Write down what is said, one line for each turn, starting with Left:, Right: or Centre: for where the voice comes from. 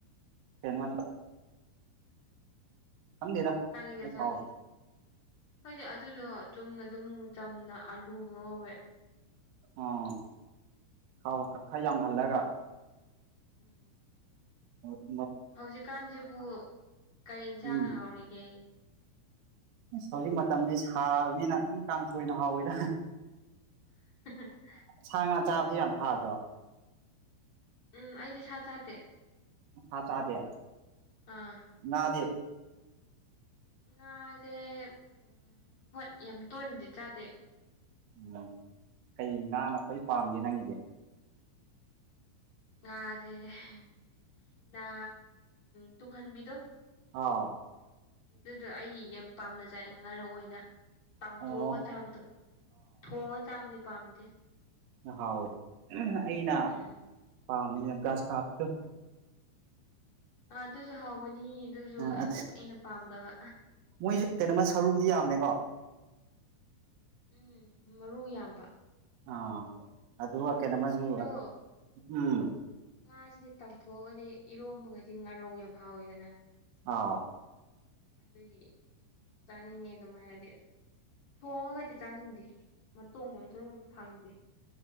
Right: ꯀꯩꯅꯣꯗ ꯈꯪꯗꯦꯗ
Left: ꯀꯔꯤꯒ
Right: ꯑꯩ
Left: ꯆꯥꯒꯦ
Right: ꯀꯥꯎ
Left: ꯈꯣꯏꯗꯤ ꯑꯗꯨꯗꯣ ꯆꯨꯝꯅ ꯑꯗꯨꯝ ꯆꯝꯅ ꯑꯂꯨꯒ ꯉꯧꯋꯦ
Right: ꯑꯣ ꯊꯥꯎꯒ ꯈ ꯌꯥꯝꯍꯜꯂꯒ
Left: ꯎꯝ
Right: ꯎꯝ
Left: ꯍꯧꯖꯤꯛꯀꯥꯟꯁꯤꯕꯨ ꯀꯔꯤ ꯏꯟꯁꯥꯡꯅ
Right: ꯎꯝ
Left: ꯍꯥꯎꯔꯤꯒꯦ
Right: ꯏꯁ ꯍꯧꯖꯤꯛ ꯃꯇꯝꯁꯦ ꯁꯥꯕꯅꯤꯅ ꯑꯗꯨꯝ ꯀꯥꯡꯁꯣꯏꯅ ꯍꯥꯎꯋꯦꯗ
Left: <unintelligible>
Right: ꯁꯥ ꯉꯥ ꯆꯥꯕꯁꯤ ꯌꯥꯝ ꯁꯥꯗ꯭ꯔꯣ
Left: ꯎꯝ ꯑꯩꯗꯤ ꯁꯥ ꯆꯥꯗꯦ
Right: ꯁꯥ ꯆꯥꯗꯦ
Left: ꯑꯥ
Right: ꯉꯥꯗꯤ
Left: ꯉꯥꯁꯦ ꯎ ꯍꯣꯏ ꯌꯥꯝ ꯇꯣꯏꯅꯗꯤ ꯆꯥꯗꯦ
Right: ꯎꯝ ꯀꯩ ꯉꯥꯅ ꯈꯋꯥꯏ ꯄꯥꯝꯒꯦ ꯅꯪꯒꯤꯗꯤ
Left: ꯉꯥꯁꯦ ꯎꯝ ꯉꯥ ꯇꯨꯡꯍꯟꯕꯤꯗꯣ
Right: ꯑ
Left: ꯑꯗꯨꯗꯣ ꯑꯩ ꯌꯥꯝ ꯄꯥꯝꯅ ꯆꯥꯏ ꯉꯥꯔꯧ ꯑꯣꯏꯅ ꯇꯥꯎꯊꯣꯛꯑꯒ
Right: ꯑꯣ
Left: ꯆꯥꯕꯗꯣ ꯊꯣꯡꯉꯒ ꯆꯥꯕꯗꯤ ꯄꯥꯝꯗꯦ
Right: ꯍꯥꯎꯏ ꯑꯩꯅ
Left: ꯎꯝ
Right: ꯄꯥꯝꯃꯤꯅ ꯒ꯭ꯔꯥꯁ ꯀꯥꯞꯇꯨ
Left: ꯑ ꯑꯗꯨꯁꯨ ꯍꯥꯎꯕꯅꯤ ꯗꯨꯁꯨ
Right: ꯑ
Left: ꯑꯩꯅ ꯄꯥꯝꯗꯕ
Right: ꯃꯣꯏꯁꯦ ꯀꯩꯅꯣꯃ ꯁꯔꯨꯗꯤ ꯌꯥꯝꯃꯦꯀꯣ
Left: ꯎꯝ ꯃꯔꯨ ꯌꯥꯝꯕ
Right: ꯑꯥ ꯑꯗꯨ ꯀꯩꯅꯣꯃꯁꯨ
Left: ꯃꯣꯏꯗꯣ
Right: ꯎꯝ
Left: ꯉꯥꯁꯤꯗꯤ ꯇꯥꯎꯊꯣꯛꯑꯒꯗꯤ ꯏꯔꯣꯝꯕꯒꯗꯤ ꯉꯥꯔꯧ ꯌꯥꯝ ꯍꯥꯎꯋꯦꯗꯅ
Right: ꯍꯥꯥꯎ
Left: ꯑꯗꯨꯒꯤ ꯆꯥꯅꯤꯡꯉꯦ ꯑꯗꯨꯃꯥꯏꯅꯗꯤ ꯊꯣꯡꯉꯒꯗꯤ ꯆꯥꯅꯤꯡꯗꯦ ꯃꯇꯣꯡ ꯑꯃꯝꯇ ꯐꯪꯗꯦ